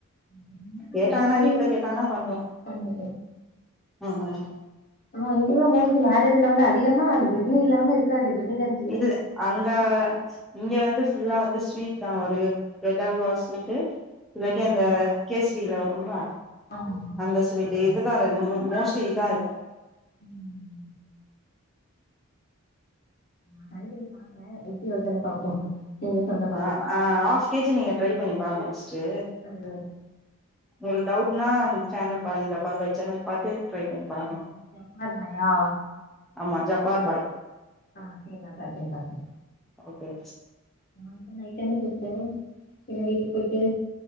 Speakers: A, on the left; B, in the centre.
A: இங்கெல்லா
B: கேட்டாங்கன்னா
A: மோஸ்ட்லி
B: வீட்ல கேட்டாங்கன்னா பண்ணுவோ
A: பண்ணி
B: ம்
A: ஆனா இங்கெல்லா மோஸ்ட்லி மேரேஜ்ல வந்து அதிகமா அந்த பிர்ணி இல்லாம இருக்காது பிர்ணி கஞ்
B: இதுல அங்க இங்க வந்து ஃபுல்லா வந்து ஸ்வீட் தா ஒரு ப்ரெட் அல்வா ஸ்வீட்டு இல்லாட்டி
A: ஆமா
B: அந்த கேசரில வரும்ல
A: ஆமா கேக்குது
B: அந்த ஸ்வீட்டு
A: ஆ
B: இதுதா ரெண்டு மோஸ்ட்லி இதா இருக்கு
A: ம் நா ட்ரை பண்ணி பாக்குறே எப்டி வருது ன்னு பாப்போ நீங்க சொன்னபடி
B: ஆ ஆ ஹாஃப் கே ஜி நீங்க ட்ரை பண்ணி பாருங்க ஃபர்ஸ் ட்டு
A: ம்
B: உங்களுக் டவுட்னா சேனல் பாருங்க ஜப்பார் பாய் சேனல் பாத்து ட்ரை பண்ணி பாருங்க
A: ம் ஜப்பார் பாயா
B: ஆமா ஜப்பார் பாய்
A: ஆ சேரி நா கால் பண்ணி பக்குறே
B: ஓகே
A: நா இப்ப நைட் டைம் <unintelligible> டைம் சேரினு வீட்டுக்கு போயிட்டு